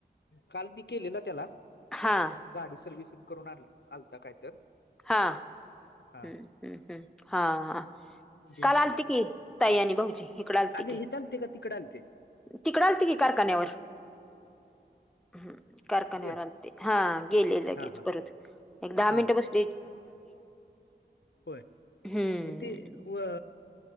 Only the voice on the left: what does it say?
काल मी केले ना त्याला
गाडी सर्व्हिसिंग करून आलता काय तर
हा
घेऊन
आला
आले
हे चालते का तिकडे आलते
होय
हा हा
हा
होय
इथे अ